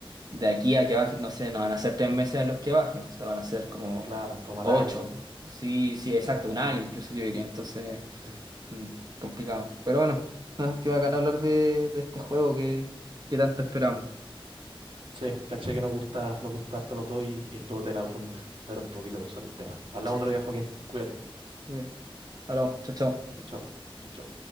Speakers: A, on the right (about 45°); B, on the right (about 70°).
A: De aquí a que baje, no sé, no van a ser tres meses en los que baje, o sea, van a ser como
B: Claro, como
A: ocho,
B: al año.
A: sí, sí, exacto,
B: Sí,
A: un año incluso yo diría, entonces,
B: sí.
A: mm, complicado. Pero bueno, ah, qué bacán
B: Bueno.
A: hablar de, de este juego que, que tanto esperamos.
B: Sí, caché que nos gusta, nos gusta harto los dos y, y estuvo tela profundizar un poquito sobre el tema. Hablamos
A: Sí,
B: otro día, Joaquín. Cuídate.
A: muy bien. Hablamos, chao, chao.
B: Chao, chao. Chao, chao.